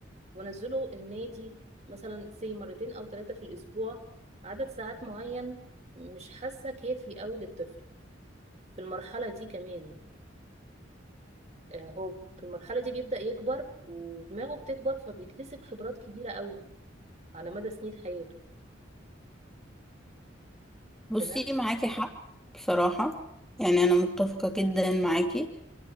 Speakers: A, on the right; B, in the centre.
A: وانزله النادي مثلا سي مرتين او ثلاثه في الاسبوع عدد ساعات معين مش حاسه كافي قوي للطفل في المرحله دي كمان آه، هو في المرحله دي بيبدا يكبر ودماغه بتكبر فبيكتسب خبرات كبيره قوي على مدى سنين حياته
B: بصي
A: تمام
B: معاكي حق بصراحة يعني أنا متفقة جدا معاكي